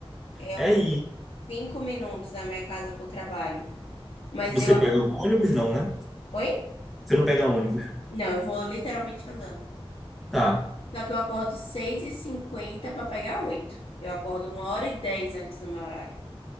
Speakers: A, on the left (about 65°); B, in the centre.
A: É
B: É
A: uns
B: isso.
A: cinco minutos da minha casa pro trabalho. Mas
B: Você
A: eu.
B: pega o ônibus? Não, né?
A: Oi?
B: Você não pega ônibus.
A: Não, eu vou literalmente andando.
B: Tá.
A: Só que eu acordo seis e cinquenta para pegar oito Eu acordo uma hora e 10 antes do meu horário.